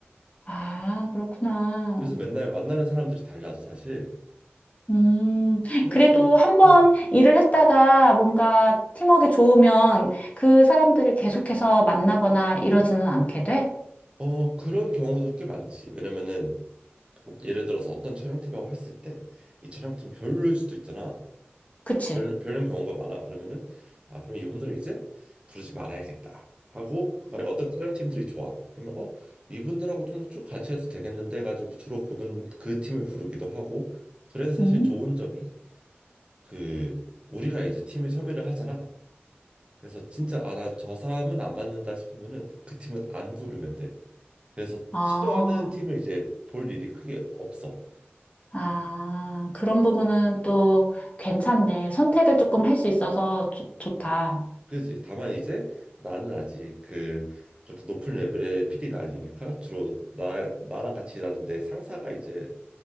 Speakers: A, on the left; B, on the right.
A: 아, 그렇구나.
B: 그래서 맨날 만나는 사람들이 달라져 사실.
A: 음,
B: 사실
A: 그래도 한 번
B: 음.
A: 일을 했다가 뭔가 팀워크가 좋으면 그 사람들을 계속해서 만나거나 이러지는 않게 돼?
B: 어 그런 경우도 꽤 많지. 왜냐면은 예를 들어서 어떤 촬영팀하고 했을 때 이 촬영팀이 별로일 수도 있잖아.
A: 그치?
B: 별로 별론 경우가 많아. 그러면은 아 그럼 이분들은 이제 부르지 말아야겠다 하고 만약 어떤 촬영팀들이 좋아 그러면 어 이분들하고 좀 쭉 같이 해도 되겠는데 가지고 주로 그분 그 팀을 부르기도 하고 그래서
A: 음.
B: 사실 좋은 점이 그 우리가 이제 팀을 섭외를 하잖아. 그래서 진짜 아 나 저 사람은 안 맞는다 싶으면은 그 팀은 안 부르면 돼. 그래서
A: 아.
B: 싫어하는 팀을 이제 볼 일이 크게 없어.
A: 아, 그런 부분은 또 괜찮네. 선택을 조금 할 수 있어서 좋, 좋다.
B: 그지. 다만 이제 나는 아직 그 그렇게 높은 레벨의 PD가 아니니까 주로 나 나랑 같이 일하는데 상사가 이제